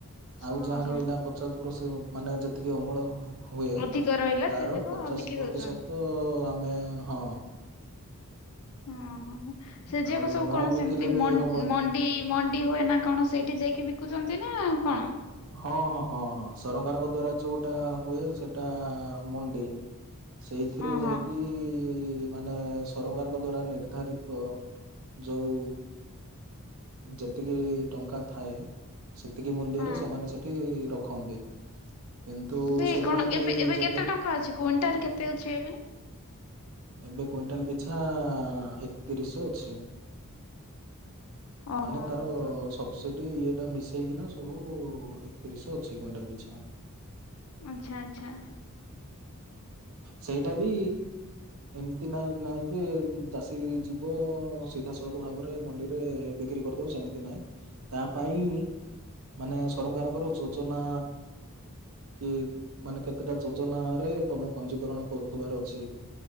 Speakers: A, on the right; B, on the left.
A: ଆଉ
B: ହଁ
A: ଯାହା
B: ହଁ।
A: ରହିଲା ପଚାସ ପ୍ରସି ମାନେ ଯେତିକି ଅମଳ ହୁଏ
B: ଅଧିକ ରହିଲା
A: ତାର
B: ସେ ଯାକ
A: ପଚାଶ
B: ବିକି
A: ପ୍ରତିଶତ
B: ଦଉଛନ୍ତି
A: ତ ଆମେ ହଁ।
B: ହଁ ହଁ ହଁ। ସେଯାକ
A: ଆଉ
B: ସବୁ
A: ନ
B: କଣ
A: ବିକିଲେ
B: ସେମିତି ମ
A: ବି ହବନି।
B: ମଣ୍ଡି ମଣ୍ଡି ହୁଏ ନା କଣ ସେଇ ଟି ଯାଇକି ବିକୁଛନ୍ତି ନା କଣ?
A: ହଁ ହଁ ହଁ ହଁ ସରକାରଙ୍କ ଦ୍ଵାରା ଯୋଉଟା ହୁଏ ସେଟା ମଣ୍ଡି। ସେଇଥିରେ
B: ହଁ
A: ଯାଇକି
B: ହଁ।
A: କି ମାନେ ସରକାରଙ୍କ ଦ୍ଵାରା ନିର୍ଦ୍ଧାରିତ ଯଉ ଯେତ ତିକି ଟଙ୍କା ଥାଏ। ସେତିକି ମୂଲ୍ୟରେ
B: ହଁ।
A: ତ ମାନେ ସେଠି ରଖନ୍ତି କିନ୍ତୁ
B: ଏବେ
A: ସେଗୁଡା
B: କଣ
A: ବି
B: ଏବେ ଏବେ
A: ଯଦି
B: କେତେ ଟଙ୍କା ଅଛି କୁଇଣ୍ଟାଲ କେତେ ଅଛି ଏବେ?
A: ଏବେ କୁଇଣ୍ଟାଲ ପିଛା ଏକତିରି ଶହ ଅଛି।
B: ଓହୋ
A: ମାନେ ତାର
B: ହୋ
A: ସବସିଡି ଇଏ ସେଟା ମିଶେଇକିନା ସବୁ ଏକତିରିଶ ଅଛି କ୍ୱିଣ୍ଟାଲ ପିଛା।
B: ଆଚ୍ଛା ଆଚ୍ଛା।
A: ସେଇଟା ବି ଏମିତି ନାହିଁ ନାଇଁ ଯେ ଚାଷୀ ଯିବ ସିଧାସଳଖ ଭାବରେ ମଣ୍ଡିରେ ବିକ୍ରି କରିଦବ ସେମିତି ନାହିଁ। ତା ପାଇଁ ମାନେ ସରକାରଙ୍କର ଯୋଜନା କିଏ ମାନେ କେତେଟା ଯୋଜନା ରେ ତମେ ପଞ୍ଜୀିକରଣ କରୁଥିବାର ଅଛି।